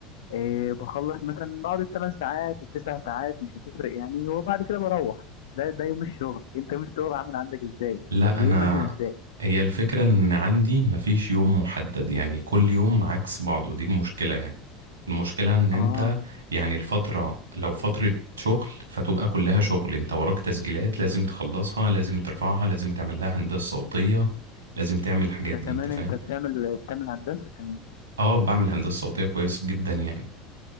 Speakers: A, on the left; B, on the right.
A: إيه بخلص مثلا بقعد الثمان ساعات التسع ساعات مش هتفرق يعني وبعد كده بروح ده ده يوم الشغل انت يوم الشغل عامل عندك ازاي يعني
B: لا
A: اليوم
B: انا
A: ماشي ازاي
B: هي الفكرة ان عندي مفيش يوم محدد يعني كل يوم عكس بعضه دي المشكلة يعني المشكلة ان انت
A: اه
B: يعني الفترة لو فترة شغل فتبقى كلها شغل انت وراك تسجيلات لازم تخلصها لازم ترفعها لازم تعمل لها هندسة صوتية لازم تعمل الحاجات
A: ده
B: دي
A: كمان
B: انت فاهم
A: انت بتعمل بتعمل هندسه كمان
B: اه بعمل هندسة صوتية كويس جدا يعني